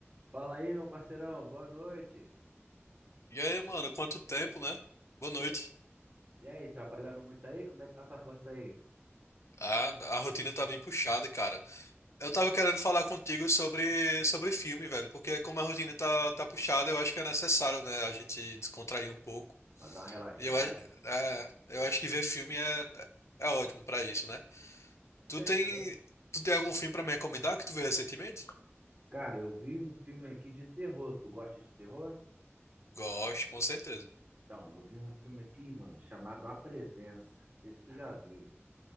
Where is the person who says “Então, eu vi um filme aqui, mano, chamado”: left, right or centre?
Right